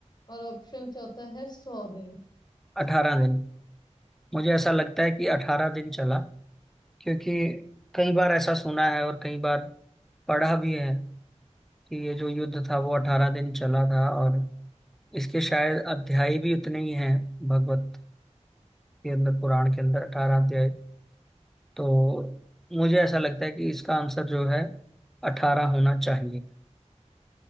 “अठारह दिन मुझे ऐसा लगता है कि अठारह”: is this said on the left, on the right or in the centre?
Centre